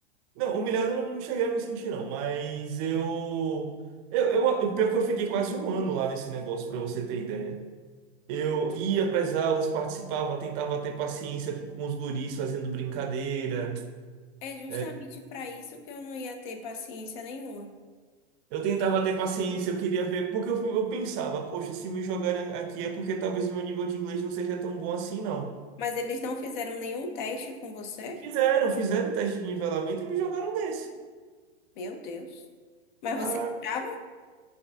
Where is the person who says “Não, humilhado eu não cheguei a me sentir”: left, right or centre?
Right